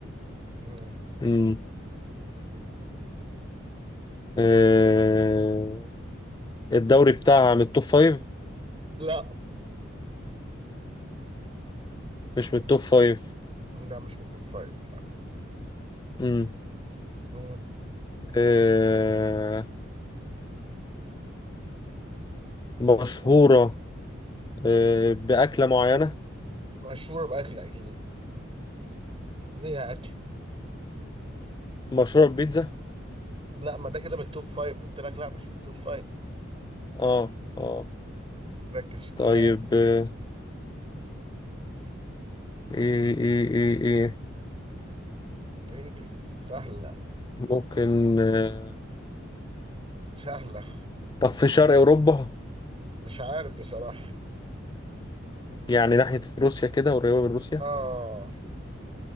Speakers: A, on the right; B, on the left.
A: مم.
B: مم. آه، الدوري بتاعها من التوب فايف
A: لا
B: مش من التوب فايف
A: لا مش من التوب فايف لا
B: امم
A: مم.
B: آه مشهورة آه بأكلة معينة
A: مشهورة بأكل أكيد ليها أكل
B: مشهورة ببيتزا
A: لا ما ده كده من التوب فايف قلت لك لا مش في التوب فايف
B: اه اه
A: ركز في الكلام
B: طيب آه، ايه ايه ايه ايه
A: انجز سهلة
B: ممكن آه،
A: سهلة
B: طب في شرق أوروبا
A: مش عارف بصراحة
B: يعني ناحية روسيا كده قريبة من روسيا
A: آه